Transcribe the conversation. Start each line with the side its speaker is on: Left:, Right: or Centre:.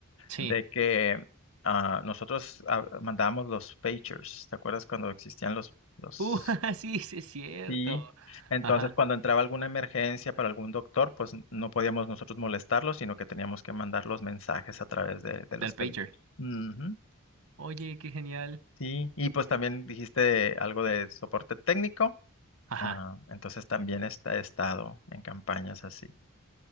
Right: Sí.
Left: de que... ah, nosotros ah, mandábamos los pagers, ¿te acuerdas cuando existían los, los
Right: Uh, <laughs> sí, sí es cierto.
Left: Sí, entonces
Right: Ajá,
Left: cuando entraba alguna emergencia para algún doctor, pues n- no podíamos nosotros molestarlos, sino que teníamos que mandar los mensajes a través de, de los
Right: del
Left: pagers.
Right: pager.
Left: Ujú,
Right: Oye, qué genial.
Left: Sí, y pues también dijiste algo de soporte técnico,
Right: Ajá.
Left: ah, entonces también está, he estado en campañas así.